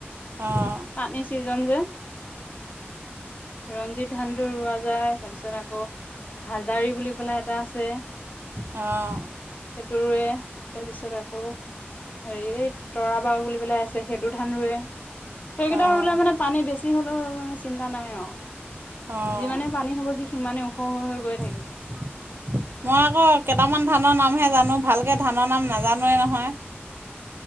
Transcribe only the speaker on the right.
অঁ
অঁ
অঁ
অঁ
মই আকৌ কেইটামান ধানৰ নামহে জানো ভালকে ধানৰ নাম নাজানোৱে নহয়।